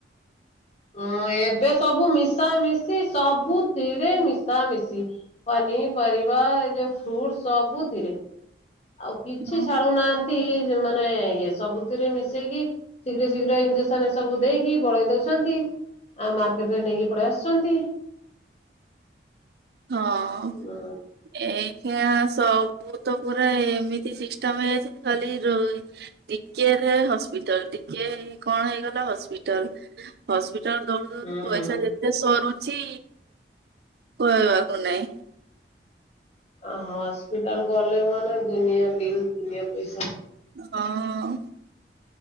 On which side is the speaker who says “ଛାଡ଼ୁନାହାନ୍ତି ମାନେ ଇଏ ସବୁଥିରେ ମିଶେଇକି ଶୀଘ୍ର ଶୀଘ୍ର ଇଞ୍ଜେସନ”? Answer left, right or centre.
Left